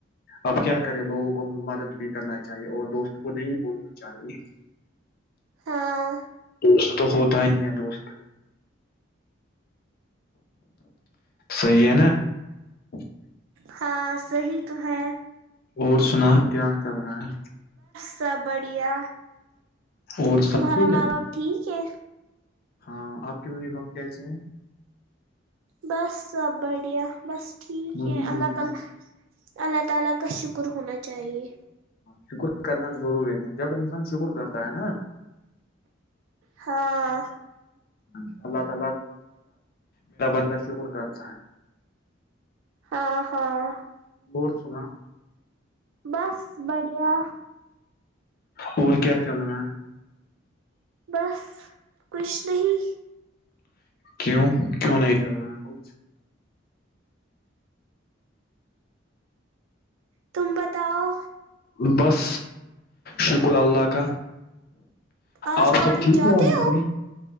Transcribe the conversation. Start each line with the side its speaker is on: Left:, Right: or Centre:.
Left: آپ کیا کریں لوگوں کو مدد بھی کرنا چاہیے اور دوست کو نہیں بھولنا چاہیے <unintelligible>
Right: ہاں
Left: دوست تو ہوتا ہی ہے دوست صی ہے نا <unintelligible>
Right: ہاں صحی تو ہے
Left: اور سنا اتہس چل رہا ہے
Right: سبڑیا
Left: اور سب
Right: تمہارا
Left: ٹھیک
Right: ماں
Left: ہے
Right: باپ ٹھیک ہے
Left: ہاں آپ کی ممی فم کیسے ہیں
Right: بس سب بڑھیا بس ٹھیک
Left: ممی
Right: ہے اللہ
Left: ٹھیک
Right: تعالی اللہ تعالی کا شکر ہونا چاہیے
Left: شکر کرنا ضروری جب انسان شکر کرتا ہے نا
Right: ہاں
Left: پنجاب اللہ شکر کرتا ہے
Right: ہاں ہاں
Left: اور سنا
Right: بس بائی بڑیایا
Left: اور کیا چل رہا ہے
Right: بس کچھ نہیں
Left: کیوں کیوں نہیں کر رہے ہیں کچھ
Right: تبتاؤ
Left: بس شکر اللہ کا
Right: آج
Left: آپ
Right: کالج
Left: سب ٹھیک
Right: جاتے
Left: وہاں
Right: ہو
Left: پہ